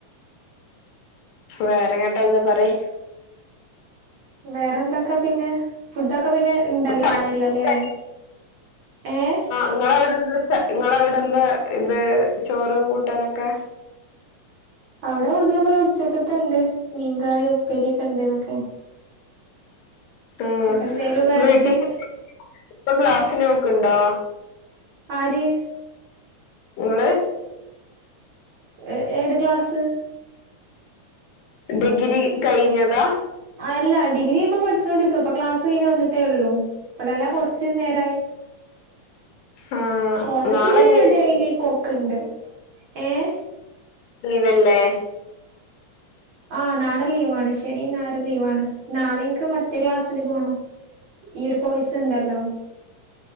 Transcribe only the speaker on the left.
വേറെ എന്തിട്ടാ പറയ്
പറയ്
നിങ്ങളവിടെന്താ നിങ്ങളവിടെ എന്താ ഇത് ചോറ് കൂട്ടാനൊക്കെ
ആ
വീട്ടില് ഇപ്പൊ ക്ലാസിന് പോക്കുണ്ടോ
നിങ്ങൾ
ഡിഗ്രി കഴിഞ്ഞതാ
ആ
നാളെഞ്ഞി
ലീവല്ലേ